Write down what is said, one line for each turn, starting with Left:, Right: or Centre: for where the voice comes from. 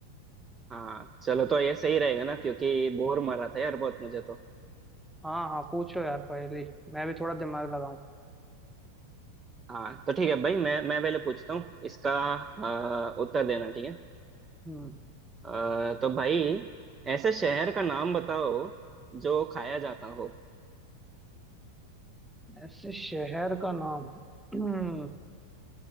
Right: हाँ चलो तो ये सही रहेगा ना क्योंकि बोर मारा था यार बहुत मुझे तो
Centre: हाँ हाँ पूछो यार पहले मैं भी थोड़ा दिमाग लगाऊं
Right: हाँ तो ठीक है भाई मैं मैं पहले पूछता हूँ इसका अ, उत्तर देना ठीक है
Centre: हम्म
Right: अ, तो भाई ऐसे शहर का नाम बताओ जो खाया जाता हो
Centre: ऐसे शहर का नाम हम्म,